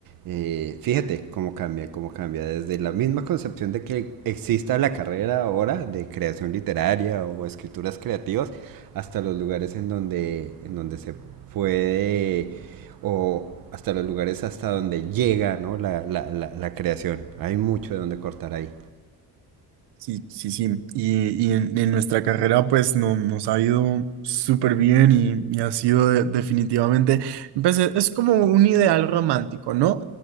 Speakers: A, on the right; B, on the right.
A: Eh, fíjate cómo cambia, cómo cambia. Desde la misma concepción de que exista la carrera ahora de creación literaria o escrituras creativas, hasta los lugares en donde, en donde se puede, o hasta los lugares hasta donde llega, ¿no? La, la, la, la creación. Hay mucho de donde cortar ahí.
B: Sí, sí, sí. Y, y en, en nuestra carrera pues no, nos ha ido súper bien y, y ha sido de- definitivamente, pues, e- es como un ideal romántico, ¿no?